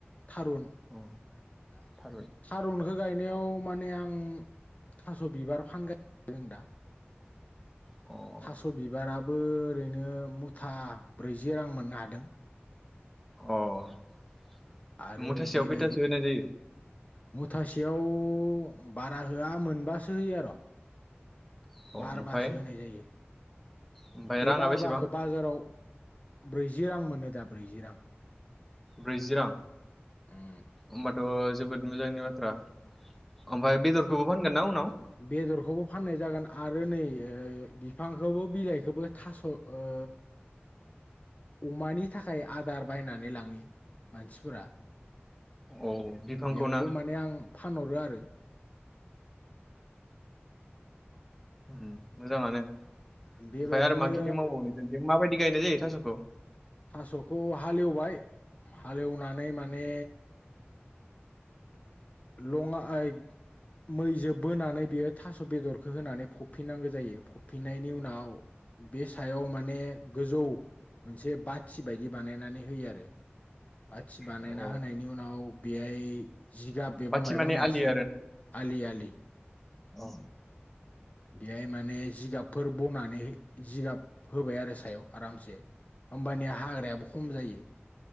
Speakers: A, on the left; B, in the centre.
A: थारुन <inaudible>
B: अ थारुन
A: थारुनखो गायनायाव माने आं थास' बिबार <unintelligible> दा
B: अ'
A: थास' बिबाराबो ओरैनो मुथा ब्रैजि रां मोननो हादों।
B: अ'
A: आरो
B: मुथासेयाव
A: बेबायदि
B: खैथासो होनाय जायो?
A: मुथासेयाव बारा होआ मोनबासो होयो आर'
B: अ
A: बारबासो
B: ओमफ्राय
A: होनाय जायो
B: ओमफ्राय
A: बे
B: राङा
A: बारबाखो
B: बेसेबां
A: बाजाराव ब्रैजि रां मोनो दा ब्रैजि रां
B: ब्रैजि रां
A: उम
B: ओमबाथ' जोबोद मोजांनि बाथ्रा ओमफाय बेदरखौबो फानगोन ना उनाव?
A: बेदरखौबो फाननाय जागोन आरो नै ओ बिफांखौबो बिलाइखोबो थास' ओ <inaudible> अमानि थाखाय आदार बायनानै लाङि मानसिफोरा
B: औ बिफांखौ
A: बेयावबो
B: ना
A: माने आं फानहरो आरो
B: ओम मोजाङानो
A: बेबायदिनो
B: ओमफाय आरो मा खेथि मावबावो नोंसोरनिथिं माबायदि गायनाय जायो थास'खौ
A: थास'खौ हालेवबाय हालेवनानै माने <unintelligible> मैजो बोनानै बियो थास' बेदरखो होनानै फबफिननांगो जायो। फिननायनि उनाव बे सायाव माने गोजौ मोनसे बाथि बायदि बानायनानै होयो आरो बाथि बानायना
B: अ
A: होनायनि उनाव बेहाय जिगाब बेबा
B: बाथि
A: मायबा
B: माने
A: मोनसे
B: आलि
A: आलि आलि
B: अ।
A: बेहाय माने जिगाबफोर बनानै जिगाब फोबाय आरो सायाव आरामसे होमबानिया हाग्रायाबो खम जायो।